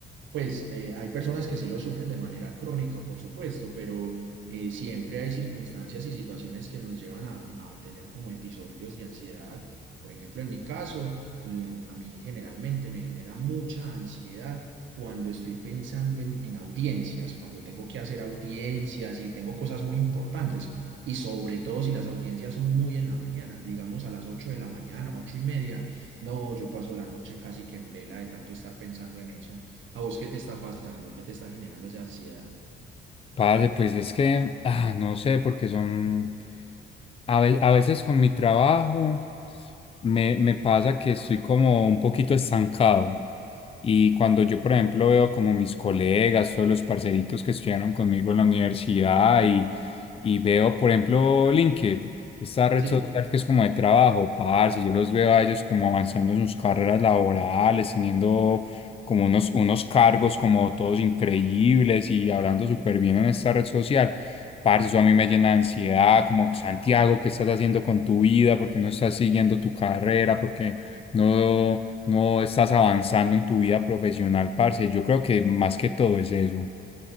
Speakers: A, on the right; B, on the left.
A: pues eh, hay personas que sí lo sufren de manera crónica, por supuesto, pero eh, siempre hay circunstancias y situaciones que nos llevan a, a tener como episodios de ansiedad. Por ejemplo, en mi caso, l- a mí generalmente me genera mucha ansiedad cuando estoy pensando en, en audiencias, cuando tengo que hacer audiencias y tengo cosas muy importantes. Y sobre todo si las audiencias son muy en la mañana, digamos a las 8 de la mañana, ocho y media, no, yo paso la noche casi que en vela de tanto estar pensando en eso. ¿A vos qué te está pasando? ¿Qué te está generando esa ansiedad?
B: Parce, pues es que, ah, no sé, porque son, a ve- a veces con mi trabajo me, me pasa que estoy como un poquito estancado. Y cuando yo, por ejemplo, veo como mis colegas, todos los parceritos que estudiaron conmigo en la universidad y, y veo, por ejemplo, LinkedIn, esta red
A: Sí,
B: social que es como de trabajo, parce, yo los veo a ellos como avanzando en sus carreras laborales, teniendo como unos, unos cargos como todos increíbles y hablando súper bien en esta red social. Parce, eso a mí me llena de ansiedad, como Santiago, ¿qué estás haciendo con tu vida? ¿Por qué no estás siguiendo tu carrera? porque no, no estás avanzando en tu vida profesional, parce. Yo creo que más que todo es eso.